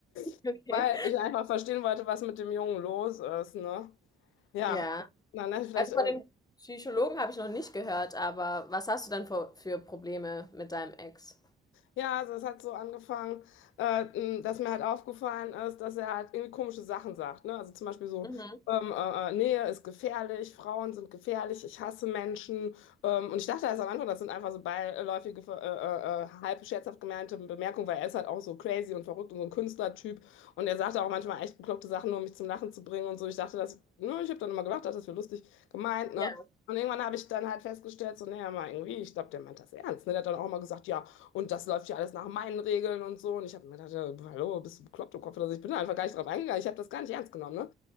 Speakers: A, on the left (about 80°); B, on the left (about 20°).
A: <laughs>
B: okay.
A: weil ich einfach verstehen wollte, was mit dem Jungen los ist, ne? Ja,
B: Ja,
A: na, ne, vielleicht
B: also
A: äh,
B: von dem Psychologen habe ich noch nicht gehört, aber was hast du denn für, für Probleme mit deinem Ex?
A: Ja, also es hat so angefangen, äh, m, dass mir halt aufgefallen ist, dass er halt irgendwie komische Sachen sagt. Ne? Also zum Beispiel so,
B: Mhm.
A: ähm, äh, äh, Nähe ist gefährlich, Frauen sind gefährlich, ich hasse Menschen. Ähm, und ich dachte erst am Anfang, das sind einfach so beiläufige, äh, äh, äh, halb scherzhaft gemeinte Bemerkungen, weil er ist halt auch so crazy und verrückt und so ein Künstlertyp. Und er sagt auch manchmal echt bekloppte Sachen, nur um mich zum Lachen zu bringen und so. Ich dachte, das, ne, ich habe dann immer gedacht, das wäre lustig gemeint,
B: Ja,
A: ne? Und irgendwann habe ich dann halt festgestellt, so, naja, mal irgendwie, ich glaube, der meint das ernst. Ne? Der hat dann auch mal gesagt, ja, und das läuft ja alles nach meinen Regeln und so. Und ich habe mir gedacht, ja, hallo, bist du bekloppt im Kopf oder so? Ich bin da einfach gar nicht drauf eingegangen. Ich habe das gar nicht ernst genommen, ne?